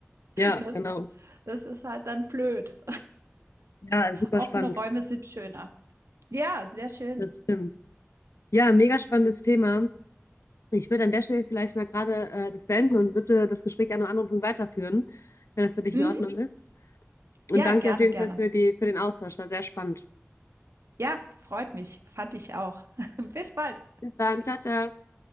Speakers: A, on the left (about 75°); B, on the right (about 70°).
A: ja,
B: Das
A: genau.
B: ist, das ist halt dann blöd.
A: Ja, super
B: Offene
A: spannend.
B: Räume sind schöner. Ja, sehr schön.
A: Das stimmt. Ja, mega spannendes Thema. Ich würde an der Stelle vielleicht mal gerade äh, das beenden und würde das Gespräch an einem anderen Punkt weiterführen, wenn das für dich
B: Mhm.
A: in Ordnung ist. Und
B: Ja,
A: danke
B: gerne,
A: dir auf jeden
B: gerne.
A: Fall für die, für den Austausch. War sehr spannend.
B: Ja, freut mich. Fand ich auch. <laughs> Bis bald.
A: Bis dann. Ciao, ciao.